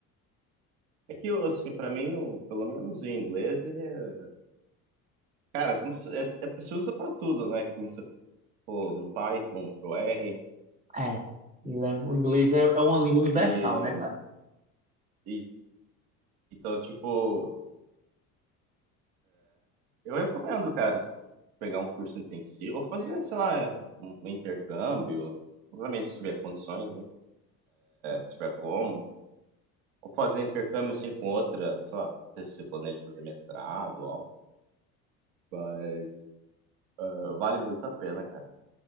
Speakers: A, on the right (about 70°); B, on the right (about 15°).
A: É que, assim, pra mim, o- pelo menos o inglês, ele é. Cara, como se, é, é, se usa pra tudo, né? Como se for no Python, pro R.
B: É, ele é- o inglês é, é uma língua universal,
A: E,
B: né, cara?
A: e- então, tipo, eu recomendo, cara, pegar um curso intensivo, ou fazer, sei lá, um intercâmbio, obviamente, se tiver condições, né? se tiver como, ou fazer intercâmbio assim com outra, sei lá, não sei se você planeja fazer mestrado ou algo, mas eh, vale muito a pena, cara.